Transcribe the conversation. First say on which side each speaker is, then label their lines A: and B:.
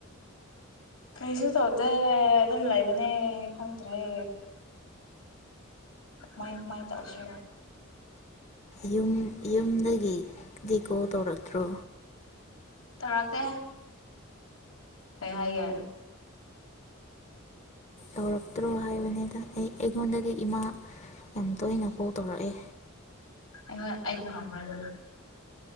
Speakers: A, on the left; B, on the left.
A: ꯀꯩꯁꯨ ꯇꯧꯗꯦ ꯑꯗꯨꯝ ꯂꯩꯕꯅꯦ ꯈꯪꯗ꯭ꯔꯦ ꯃꯥꯏ ꯃꯥꯏ ꯇ ꯑꯁꯣ
B: ꯌꯨꯝ ꯌꯨꯝꯗꯒꯤ ꯗꯤꯀꯣꯜ ꯇꯧꯔꯛꯇ꯭ꯔꯣ
A: ꯇꯔꯛꯇꯦ ꯀꯩꯍꯥꯏꯒꯦ
B: ꯇꯧꯔꯛꯇ꯭ꯔꯣ ꯍꯥꯏꯕꯅꯤꯗ ꯑꯩ ꯑꯩꯉꯣꯟꯗꯒꯤ ꯏꯃꯥ ꯌꯥꯝ ꯇꯣꯏꯅ ꯀꯥꯎ ꯇꯧꯔꯛꯑꯦ
A: ꯑ ꯑꯩꯕꯣ ꯈꯪꯕ꯭ꯔ ꯑꯗꯨ